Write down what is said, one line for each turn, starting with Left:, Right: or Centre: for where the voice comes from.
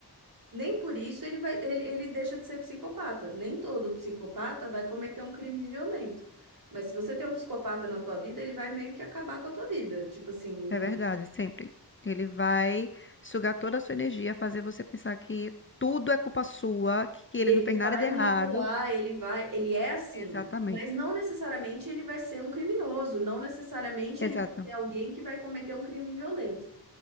Right: nem por isso ele vai, ele, ele deixa de ser psicopata. Nem todo psicopata vai cometer um crime violento. Mas se você tem um psicopata na tua vida, ele vai meio que acabar com a tua vida. Tipo assim,
Left: É
Right: ele,
Left: verdade, sempre. Ele vai sugar toda a sua energia, fazer você pensar que tudo é culpa sua, que ele
Right: ele
Left: não fez
Right: vai
Left: nada de
Right: manipular,
Left: errado.
Right: ele vai, ele é assim.
Left: Exatamente.
Right: Mas não necessariamente ele vai ser um criminoso, não necessariamente
Left: Exato.
Right: ele vai ser alguém que vai cometer um crime violento.